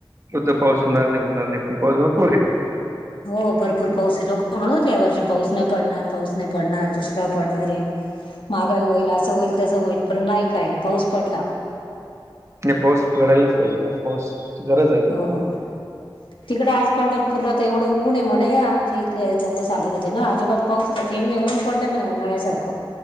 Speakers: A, on the right (about 35°); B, on the left (about 80°).
A: तर पाऊस होणार नाही, होणार नाही पण पाऊस भरपूर आहे ह्यावेळेस.
B: हो भरपूर पाऊसय लोक म्हणत होते ह्या वर्षी पाऊस नाही पडणार, पाऊस नाही पडणार, दुष्काळ पडणारय. महागाई होईल, असं होईल, तसं होईल, पण नाही काय पाऊस पडला.
A: नाही पाऊस पडायलाच पाहिजे ना, पाऊसाची गरज आहे ना.
B: हो तिकडं आज पंढरपूरला एवढं ऊन आहे म्हणे आमच्या इथले लोक सांगत होते ना अजिबात पाऊसाचा थेंब नाही ऊन पडले म्हणा उन्हाळ्यासारखं.